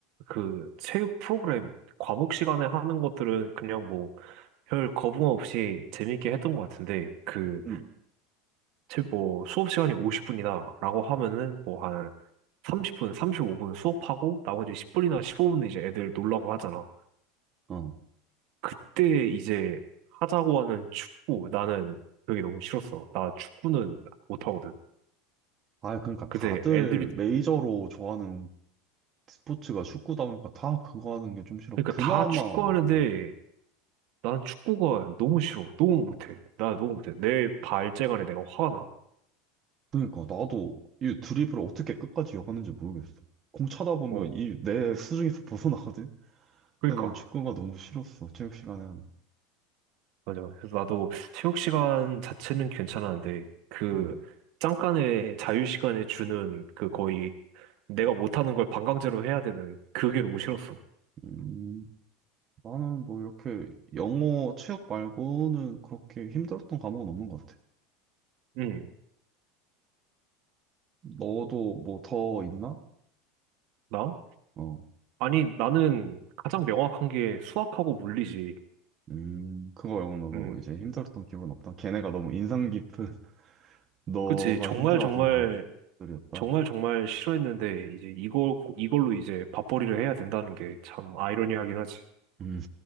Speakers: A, on the right; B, on the right.
A: 그 체육 프로그램, 과목 시간에 하는 것들은 그냥 뭐 별 거부감 없이 재밌게 했던 것 같은데, 그,
B: 음.
A: 체- 뭐 수업 시간이 50분이다라고 하면은 뭐 한 30분, 35분 수업하고 나머지 10분이나 15분 이제 애들 놀라고 하잖아.
B: 어.
A: 그때 이제 하자고 하는 축구, 나는 그게 너무 싫었어. 나 축구는 못하거든.
B: 아, 그러니까
A: 근데
B: 다들
A: 애들이,
B: 메이저로 좋아하는 스포츠가 축구다 보니까 다 그거 하는 게 좀 싫어.
A: 그러니까
B: 그나마,
A: 다 축구하는데
B: 어.
A: 난 축구가 너무 싫어. 너무 못해. 나 너무 못해. 내 발재간에 내가 화가 나.
B: 그러니까 나도 이 드리블을 어떻게 끝까지 이어가는지 모르겠어. 공 차다 보면
A: 어,
B: 이 내 수중에서 벗어나거든?
A: 그러니까.
B: 근데 난 축구가 너무 싫었어, 체육 시간에는.
A: 맞아. 그래서 나도 체육 시간 자체는 괜찮았는데 그
B: 음,
A: 잠깐의 자유 시간에 주는 그 거의 내가 못하는 걸 반강제로 해야 되는 그게 너무 싫었어.
B: 음, 나는 뭐 이렇게 영어 체육 말고는 그렇게 힘들었던 과목은 없는 것 같아.
A: 응,
B: 너도 뭐 더 있나?
A: 나?
B: 어.
A: 아니, 나는 가장 명확한 게 수학하고 물리지.
B: 음, 그거 말고 너도
A: 음.
B: 이제 힘들었던 기억은 없다. 걔네가 너무 인상 깊은 <laughs> 너가
A: 그치. 정말,
B: 힘들어하던
A: 정말,
B: 그런 것들이었다.
A: 정말, 정말 싫어했는데, 이제 이걸, 이걸로 이제 밥벌이를 해야 된다는 게 참 아이러니하긴 하지.
B: 음.